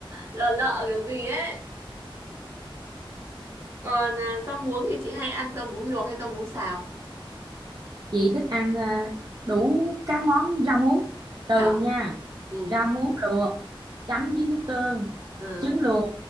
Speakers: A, on the right; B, on the right.
A: lợ lợ kiểu gì ấy còn à, rau muống thì chị hay ăn rau muống luộc hay rau muống xào
B: Chị thích ăn ờ, đủ các món rau muống từ
A: hả
B: nha
A: ừ
B: rau muống luộc chấm với nước tương
A: ờ,
B: trứng luộc